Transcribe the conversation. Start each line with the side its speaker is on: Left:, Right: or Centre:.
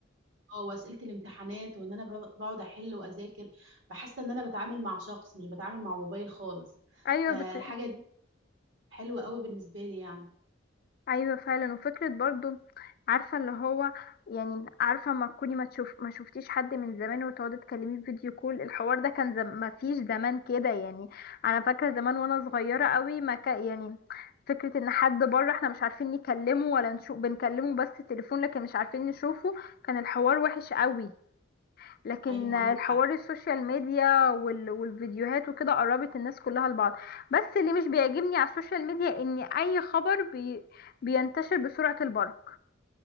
Right: آه، واسئله الامتحانات وان انا ب- بقعد احل واذاكر فحاسه ان انا بتعامل مع شخص مش بتعامل مع موبايل خالص
Left: ايوه
Right: فالحاجه
Left: بت...
Right: دي حلوه قوي بالنسبه لي يعني
Left: ايوه فعلا وفكره برضو عارفه اللي هو يعني عارفه ما تكوني ما تشوف ما شفتيش حد من زمان وتقعدي تكلميه في فيديو كول الحوار ده كان زم... ما فيش زمان كده يعني انا فاكره زمان وانا صغيره قوي ما ك... يعني فكره ان حد بره احنا مش عارفين نكلمه ولا نشوف بنكلمه بس تليفون لكن مش عارفين نشوفه كان الحوار وحش قوي لكن
Right: ايوه
Left: الحوار
Right: عندك حق
Left: السوشيال ميديا وال... والفيديوهات وكده قربت الناس كلها لبعض بس اللي مش بيعجبني على السوشيال ميديا ان اي خبر بي... بينتشر بسرعة البرق